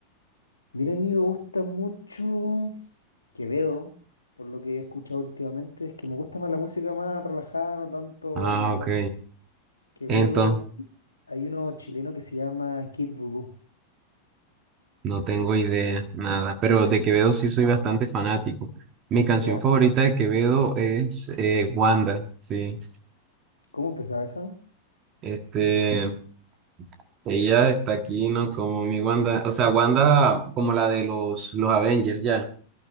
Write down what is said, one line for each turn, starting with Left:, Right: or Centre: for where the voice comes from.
Left: Mira, a mí me gusta mucho. Quevedo, por lo que he escuchado últimamente, es que me gusta más la música más relajada, no tanto
Right: Ah,
Left: el rap.
Right: ok.
Left: Quevedo,
Right: Entonces,
Left: hay uno chileno que se llama Kid Voodoo.
Right: no
Left: No sé
Right: tengo
Left: si te suena.
Right: idea, nada. Pero de Quevedo sí soy bastante fanático. Mi canción
Left: Ya.
Right: favorita de Quevedo es eh, Wanda, sí.
Left: ¿Cómo empezaba esa?
Right: Este, ella está aquí, ¿no? Como mi Wanda, o sea, Wanda como la de los, los Avengers, ya.